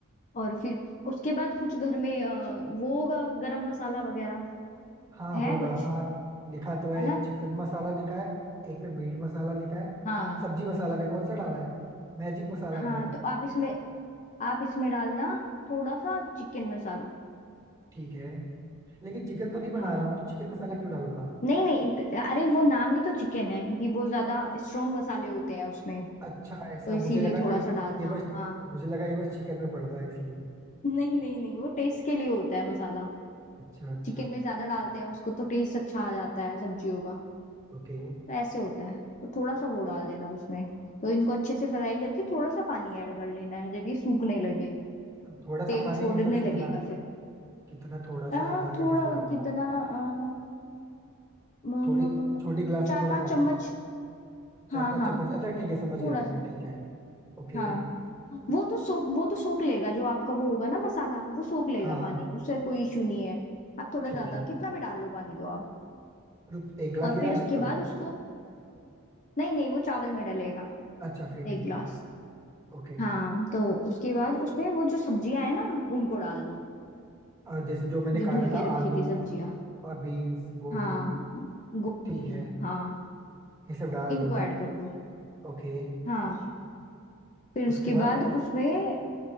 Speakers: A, on the left; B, on the right.
A: और फिर उसके बाद कुछ घर में अ, वो होगा गरम मसाला वगैरह
B: हाँ
A: है
B: होगा
A: कुछ
B: हाँ लिखा तो है
A: है
B: एक
A: ना
B: चिकन मसाला लिखा है एक पे मीट मसाला लिखा है
A: हाँ
B: सब्जी मसाला भी कौन सा डालना है मैजिक मसाला
A: हाँ
B: भी है
A: तो आप इसमें आप इसमें डालना थोड़ा सा चिकन मसाला
B: ठीक है लेकिन चिकन तो नहीं बना
A: हाँ
B: रहा हूँ तो चिकन मसाला क्यों डालूंगा
A: नहीं नहीं त- अरे वो नाम ही तो चिकन है क्योंकि वो ज्यादा स्ट्रोंग मसाले होते हैं उसमें
B: अच्छा ऐसा
A: तो इसीलिए
B: मुझे लगा
A: थोड़ा
B: कि
A: सा डालना
B: ये बस
A: हाँ
B: मुझे लगा ये बस चिकन में पड़ता है इसलिए
A: <laughs> नहीं नहीं नहीं वो टेस्ट के लिए होता है मसाला
B: अच्छा अच्छा
A: चिकन में ज्यादा डालते हैं उसको तो टेस्ट अच्छा आ जाता है सब्जियों का
B: ओके
A: तो ऐसे होता है तो थोड़ा सा वो डाल देना उसमें तो इनको अच्छे से फ्राई करके थोड़ा सा पानी ऐड कर लेना है जब ये सूखने लगे
B: तो थोड़ा सा
A: तेल
B: पानी
A: छोड़ने
B: मतलब कितना
A: लगेगा फिर
B: कितना थोड़ा
A: आ,
B: सा अंदाजा
A: थोड़ा
B: कैसे लगाऊंगा
A: कितना आ, म, म,
B: थोड़ी
A: म, म,
B: छोटी
A: म,
B: गिलास से
A: चार
B: थोड़ा
A: पांच
B: सा
A: चम्मच
B: चार
A: हाँ
B: पांच
A: हाँ
B: चम्मच अच्छा ठीक है समझ गया
A: थोड़ा
B: कितना
A: सा
B: ठीक है ओके
A: हाँ वो तो सोख वो तो सोख लेगा जो आपका वो होगा ना मसाला वो सोख लेगा
B: हाँ हाँ
A: पानी उससे कोई इशू नहीं है आप थोड़ा
B: ठीक
A: ज्यादा
B: है
A: कितना भी डाल लो पानी दो आप
B: मतलब एक गिलास
A: और
B: भी डाल
A: फिर उसके
B: सकता
A: बाद
B: हूँ
A: उसको नहीं नहीं वो चावल में डलेगा
B: अच्छा फिर
A: एक
B: ठीक
A: गिलास
B: है ओके
A: हाँ तो उसके बाद उसमें वो जो सब्जियां है ना उनको डाल दो
B: और जैसे जो मैंने
A: जो
B: काटा
A: धुल के
B: था
A: रखी
B: आलू
A: थी सब्जियां
B: और बीन्स गोभी
A: हाँ गोभी
B: ठीक है
A: हाँ
B: ये सब डाल
A: इनको
B: दूंगा
A: ऐड कर दो
B: ओके
A: हाँ फिर
B: उसके
A: उसके
B: बाद
A: बाद उसमें